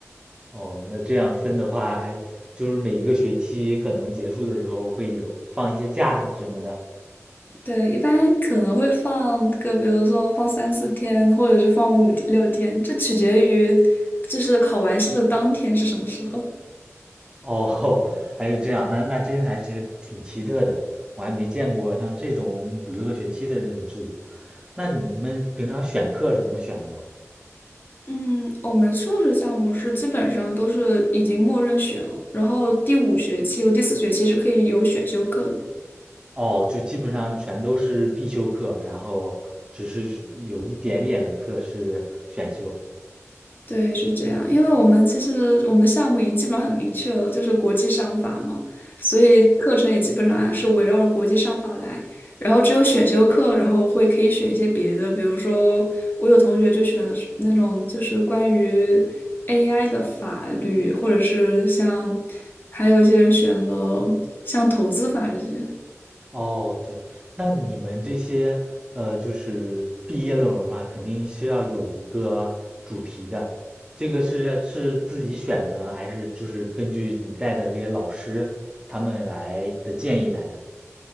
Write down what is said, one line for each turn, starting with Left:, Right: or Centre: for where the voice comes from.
Right: 哦，那这样分的话，还就是每一个学期可能结束的时候会有放一些假什么的。
Left: 对，一般可能会放个，比如说放三四天，或者是放五六天，这取决于就是考完试的当天是什么时候。
Right: 哦，<laughs> 还是这样，那那真还是挺奇特的，我还没见过像这种五六个学期的这种制度。那你们平常选课是怎么选的呢？
Left: 嗯，我们硕士项目是基本上都是已经默认选了，然后第五学期和第四学期是可以有选修课的。
Right: 哦，就基本上全都是必修课，然后只是有一点点的课是选修。
Left: 对，是这样，因为我们其实我们的项目已经基本上很明确了，就是国际商法嘛，所以课程也基本上啊是围绕着国际商法来。然后只有选修课，然后会可以选一些别的，比如说我有同学就选了是那种就是关于 AI 的法律，或者是像还有一些人选了像投资法这些。
Right: 哦，对，那你们这些呃，就是毕业论文嘛，肯定是要有一个主题的。这个是是自己选的，还是就是根据你带的这些老师他们来的建议来的？